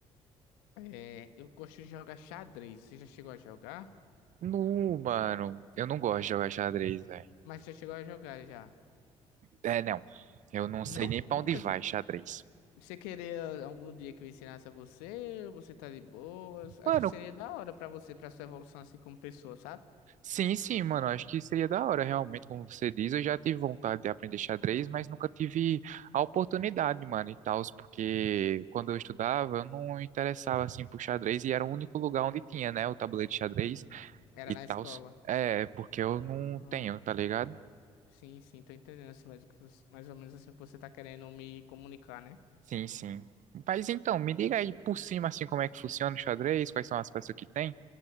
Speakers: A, on the left (about 75°); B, on the right (about 55°).
A: é, eu gosto de jogar xadrez. Você já chegou a jogar?
B: Não, mano, eu não gosto de jogar xadrez, velho.
A: Mas já chegou a jogar já?
B: É, não, eu não
A: Não?
B: sei nem pra
A: Nunca
B: onde vai
A: jogou.
B: xadrez.
A: Você queria algum dia que eu ensinasse a você? ou Você tá de boas? Acho
B: Mano,
A: que seria da hora pra você, pra sua evolução assim como pessoa, sabe?
B: Sim, sim, mano, acho que seria da hora, realmente, como você diz. Eu já tive vontade de aprender xadrez, mas nunca tive a oportunidade, mano, e tal, porque quando eu estudava, eu não interessava, assim, por xadrez, e era o único lugar onde tinha, né, o tabuleiro de xadrez
A: Era
B: e
A: na
B: tal.
A: escola.
B: É, porque eu não
A: Ah.
B: tenho, tá ligado?
A: Sim, sim, tô entendendo assim, mais, o que você- mais ou menos assim que você tá querendo me comunicar, né?
B: Sim, sim. Mas então, me diga aí por cima, assim, como é que funciona o xadrez, quais são as peças que tem?